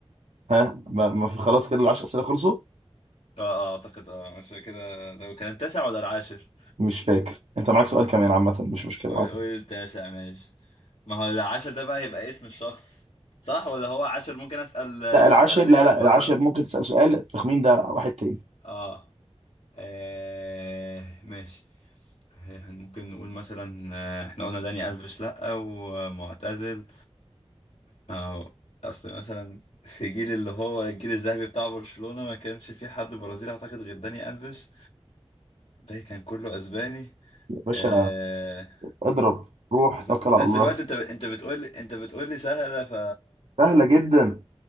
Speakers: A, on the right (about 75°); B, on the left (about 75°).
A: ها ما ما في خلاص كده العشر أسئلة خلصوا
B: <laughs> اه اه اعتقد اه مش كده ده كان التاسع ولا العاشر
A: مش فاكر انت معاك سؤال كمان عامة مش مشكلة
B: قول
A: معاك
B: قول التاسع ماشي ما هو العاشر ده بقى هيبقى اسم الشخص صح ولا هو عاشر ممكن اسأل آه،
A: لا العاشر
B: اسأل
A: لا
B: اسمه
A: لا
B: بعدين
A: العاشر
B: اقول
A: ممكن تسأل سؤال التخمين ده واحد تاني
B: اه آه، ماشي ممكن نقول مثلا آه، احنا قلنا داني الفيش لا ومعتزل اه اصل مثلا في جيل اللي هو الجيل الذهبي بتاع برشلونة ما كانش في حد برازيلي اعتقد غير داني الفيش باقي كان كله اسباني
A: يا باشا
B: آه
A: اضرب روح
B: وفي
A: توكل على
B: نفس
A: الله
B: الوقت انت انت بتقول لي انت بتقول لي سهلة ف...
A: سهلة جدا